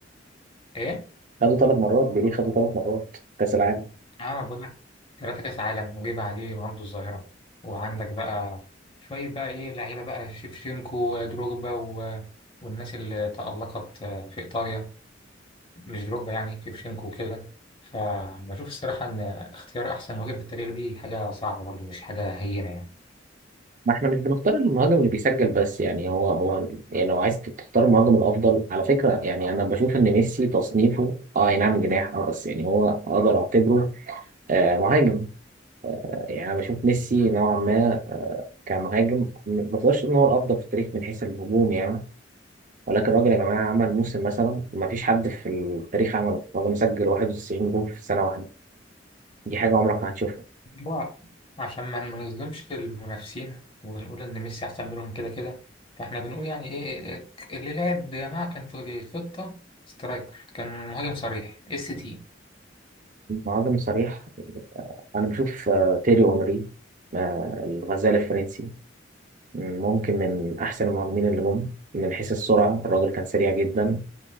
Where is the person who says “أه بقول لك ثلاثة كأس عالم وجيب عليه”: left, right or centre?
Left